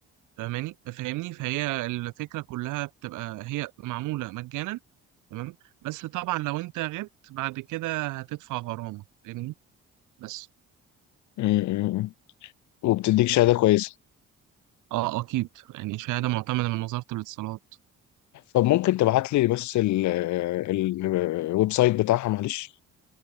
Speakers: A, on the right; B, on the left.
A: فاهماني فاهمني فهي الفكره كلها بتبقى هي معموله مجانا تمام بس طبعا لو انت غبت بعد كده هتدفع غرامه فاهمني بس
B: امم. وبتديك شهادة كويسة
A: اه اكيد يعني شهادة معتمدة من وزارة الاتصالات
B: طب ممكن تبعت لي بس ال- ال- الويب سايت بتاعها معلش